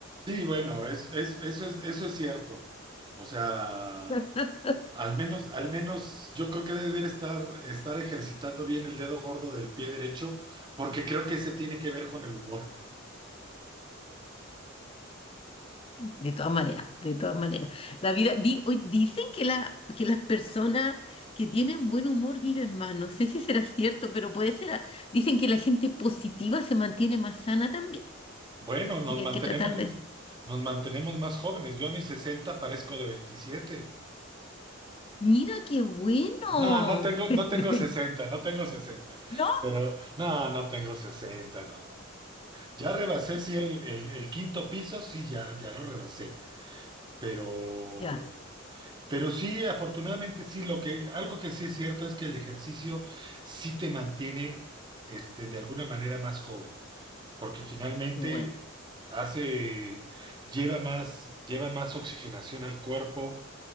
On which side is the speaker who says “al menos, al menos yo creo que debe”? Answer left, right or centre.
Right